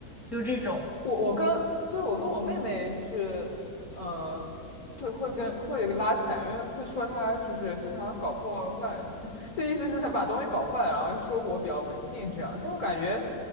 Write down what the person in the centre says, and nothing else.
就是这种。